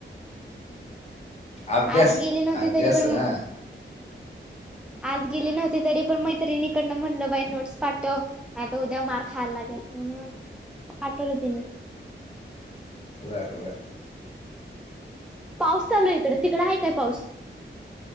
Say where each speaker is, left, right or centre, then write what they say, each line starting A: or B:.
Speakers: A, on the left (about 35°); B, in the centre.
A: अभ्यास
B: आज गेले नव्हते.
A: अभ्यास
B: तरी पण
A: हा
B: आज गेली नव्हती, तरी पण मैत्रीणीिकडनं, म्हटलं बाई नोट्स पाठव. आता उद्या मार खायला लागेल. म्हणून पाठवलं तिने
A: बरं बरं
B: पाऊस चालू आहे इकड, तिकड आहे काय पाऊस